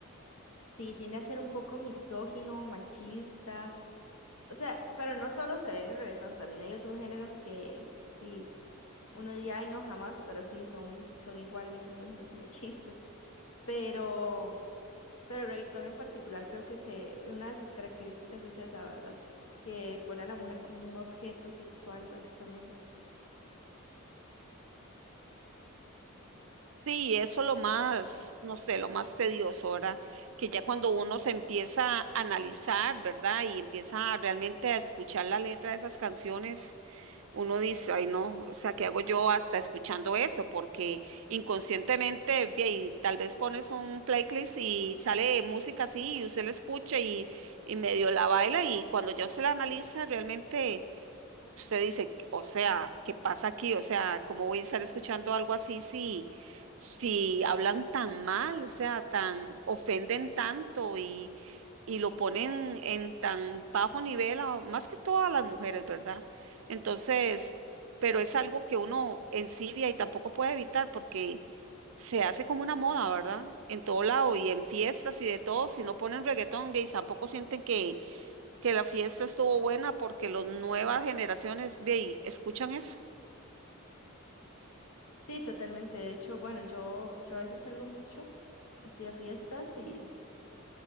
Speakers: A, on the left; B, on the right.
A: Sí, tiende a ser un poco misógino, machista. O sea, pero no solo se ve en el reggaetón, también hay otros géneros que sí, uno diría, ay, no, jamás, pero sí, son, son igual de misóginos y machistas. Pero Pero el reggaetón en particular creo que se, una de sus características es esa, ¿verdad? Que pone a la mujer como un objeto sexual, básicamente.
B: Sí, eso lo más, no sé, lo más tedioso, ¿verdad? Que ya cuando uno se empieza a analizar, ¿verdad? Y empieza realmente a escuchar la letra de esas canciones. uno dice, ay no, o sea, ¿qué hago yo hasta escuchando eso? Porque inconscientemente, ve ahí, tal vez pones un playlist y sale música así y usted la escucha y, y medio la baila y cuando ya se la analiza, realmente usted dice, o sea, ¿qué pasa aquí? O sea, ¿cómo voy a estar escuchando algo así si, si hablan tan mal, o sea, tan, ofenden tanto y, y lo ponen en tan bajo nivel, a- más que todas las mujeres, ¿verdad? Entonces, pero es algo que uno ensibia y tampoco puede evitar porque se hace como una moda, ¿verdad? En todo lado y en fiestas y de todo, si no ponen reggaetón, de ahí tampoco sienten que que la fiesta estuvo buena porque las nuevas generaciones de ahí escuchan eso.
A: Sí, totalmente. De hecho, bueno, yo, yo a veces salgo mucho, así a fiestas y, s-